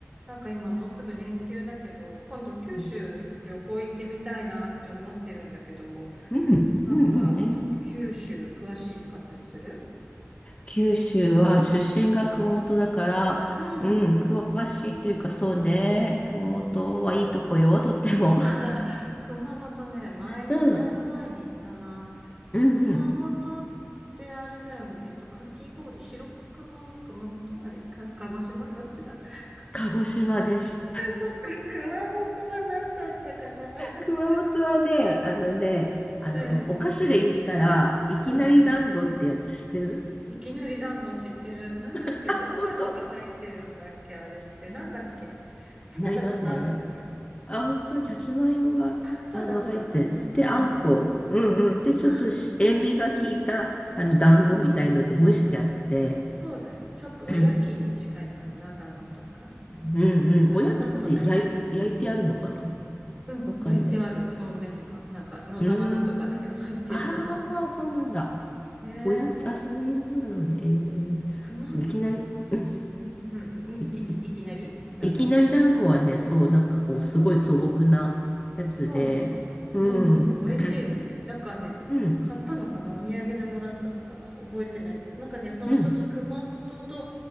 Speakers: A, on the right (about 15°); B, on the left (about 25°).
A: なんか今もうすぐ連休だけど、今度九州旅行行ってみたいなって思ってるんだけど、
B: うん、うん、
A: なんか九州詳しかったりする
B: うんね。九州は出身が熊本だから、
A: うん。
B: うん、詳しいというかそうね。熊本はいいとこよ、とっても。
A: <laughs> 熊本ね、前に、
B: <laughs> うん、
A: だいぶ前に行ったな。
B: うん、
A: 熊本っ
B: うん。
A: てあれだよね。えっと、かき氷、白熊は熊本あれか、鹿児島どっちだ <laughs>
B: 鹿児島です。
A: そっか熊本は何だったかな <laughs>
B: 熊本はね、
A: あれ
B: あのね、あの、
A: うん、
B: お菓子で言ったら、いきなり団子ってやつ知ってる
A: うん。いきなり団子知ってる。なんだっけどんなのが入ってるんだっけあれって。
B: <laughs> 本当い
A: なんだっけ食べたことあるんだけど。
B: きなり団子はね、あ、本当はさつまいもが、
A: あ、そうだそうだ。
B: あの、入ってる。
A: さつまいもの。
B: で、あんこ。うんうん。で、ちょっとし塩味が効いた、
A: あ、
B: あの、
A: うんうん。
B: 団子みたいので蒸してあって。
A: そうだね。ちょっとおやきに近いかな。
B: <clears throat> うん
A: 長野とかの。
B: うん。
A: あ、
B: おやきって焼い、
A: そんなことないかな。
B: 焼いてあるのかな
A: うん。
B: なんかね。
A: 焼いてある。表面が。なんか、野沢菜とかだけど入ってるのは。
B: うーん。ああ、そうなんだ。
A: へえ、
B: おやき、
A: そっか。
B: あ、そういうものなのね。えー
A: そう熊本。
B: いきなり、うん
A: うん、うん、うん。うんい、
B: い、
A: いきなり団子
B: いきなり団子はね、そう、なんかこう、すごい素朴なやつで。
A: そう。
B: うん。
A: うんうん。美味しいよね。
B: <clears throat>
A: なんかね、
B: うん。
A: 買ったのかなお土産でもらったのかな覚えてないんだけど、なんかね、その時熊本と
B: うん。